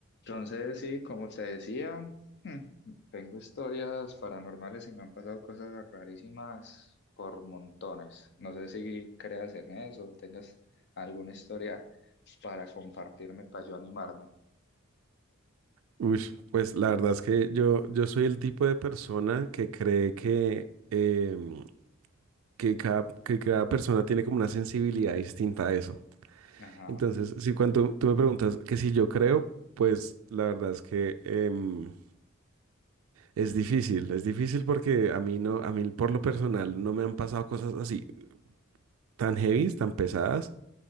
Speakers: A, on the left (about 55°); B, on the right (about 75°).
A: Entonces, sí, como te decía, hmm, tengo historias paranormales y me han pasado cosas rarísimas por montones. No sé si creas en eso o tengas alguna historia para compartirme, para yo animarme.
B: Uy, pues la verdad es que yo, yo soy el tipo de persona que cree que, em, que, cada, que cada persona tiene como una sensibilidad distinta a eso.
A: Ajá,
B: Entonces, si cuando tú me preguntas que si yo creo, pues la verdad es que em, es difícil, es difícil porque a mí no, a mí por lo personal no me han pasado cosas así tan heavy, tan pesadas,